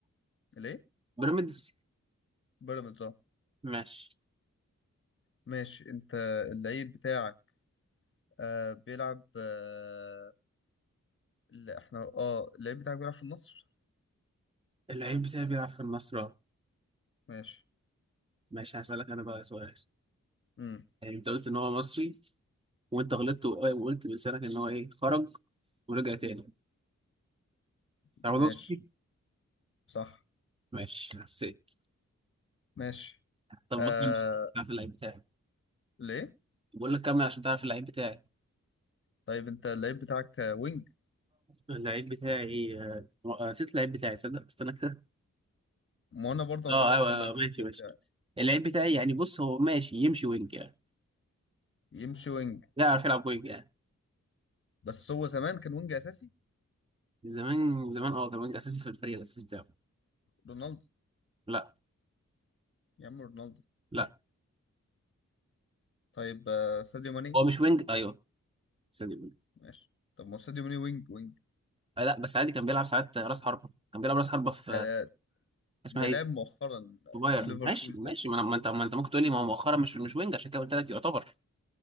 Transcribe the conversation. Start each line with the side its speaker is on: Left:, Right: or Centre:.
Left: ليه
Right: بيراميدز
Left: بيراميدز اه
Right: ماشي
Left: ماشي انت اللعيب بتاعك آه بيلعب آه لا احنا اه اللعيب بتاعك بيلعب في النصر
Right: اللعيب بتاعي بيلعب في النصر اه
Left: ماشي
Right: ماشي هسألك انا بقى سؤال
Left: امم
Right: يعني انت قلت ان هو مصري وانت غلطت و- وقلت بلسانك ان هو ايه خرج ورجع تاني رمضان
Left: ماشي
Right: صبحي
Left: صح
Right: ماشي حسيت
Left: ماشي
Right: طب
Left: آه
Right: بكمل تعرف اللعيب بتاعي
Left: ليه
Right: بقول لك كمل عشان تعرف اللعيب بتاعي
Left: طيب انت اللعيب بتاعك آه، وينج
Right: اللعيب بتاعي آه، نسيت اللعيب بتاعي صدق استنى كده
Left: ما انا برضه
Right: اه
Left: ده اللي
Right: ايوه
Left: حصل انا
Right: أيوة،
Left: نسيت
Right: ماشي
Left: اللعيب
Right: ماشي
Left: بتاعي
Right: اللعيب بتاعي يعني بص هو ماشي يمشي وينج يعني
Left: يمشي وينج
Right: لا يعرف يلعب وينج يعني
Left: بس هو زمان كان وينج اساسي
Right: زمان زمان اه كان وينج اساسي في الفريق الاساسي بتاعه
Left: رونالدو
Right: لا
Left: يا عم رونالدو
Right: لا
Left: طيب آه ساديو ماني
Right: هو مش وينج ايوه استني، وينج.
Left: ماشي طب ما هو ساديو ماني وينج وينج
Right: آه لا بس عادي كان بيلعب ساعات راس حربه كان بيلعب راس حربه في
Left: ده
Right: اسمها
Left: ده
Right: ايه
Left: لعب مؤخرا
Right: في بايرن
Left: في ليفربول
Right: ماشي ماشي
Left: ده
Right: ما, أنا- ما انت ما انت ممكن تقول لي ما هو مؤخرا مش مش وينج عشان كده قلت لك يعتبر